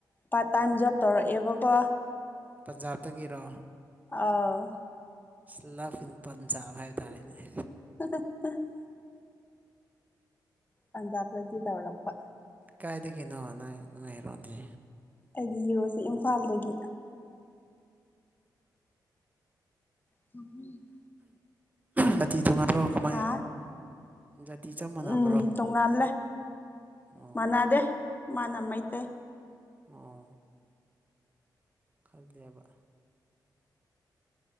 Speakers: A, on the left; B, on the right.
A: ꯄꯥꯔꯠ ꯇꯥꯏꯝ ꯖꯣꯕ ꯇꯧꯔꯛ ꯑꯦꯕꯀꯣ
B: ꯄꯟꯖꯥꯕꯇꯒꯤꯔꯣ
A: ꯑꯥꯎ
B: ꯁꯂꯐ ꯏꯟ ꯄꯟꯖꯥꯕ ꯍꯥꯏꯕ ꯇꯥꯔꯦꯅꯦ
A: <unintelligible> ꯄꯟꯖꯥꯕꯇꯒꯤ ꯇꯧꯔꯛꯄ
B: ꯀꯥꯏꯗꯒꯤꯅꯣ ꯅꯣꯏ ꯅꯣꯏ ꯍꯤꯔꯣ ꯗꯤ
A: ꯑꯩꯗꯤ ꯌꯣꯁꯤ ꯏꯝꯐꯥꯜꯗꯒꯤ <unintelligible>
B: ꯖꯥꯠꯇꯤ ꯇꫭꯉꯥꯟꯕꯔꫭ ꯀꯃꯥꯏ
A: ꯍꯥ
B: ꯖꯥꯇꯤ ꯆꯞ ꯃꯥꯟꯅꯕ꯭ꯔꯣ
A: ꯎꯝ ꯇꯣꯡꯉꯥꯜꯂꯦ
B: ꯑꯣ
A: ꯃꯥꯟꯅꯥꯗꯦ ꯃꯥꯅ ꯃꯩꯇꯩ
B: ꯑꯣ ꯈꯜꯂꯦꯕ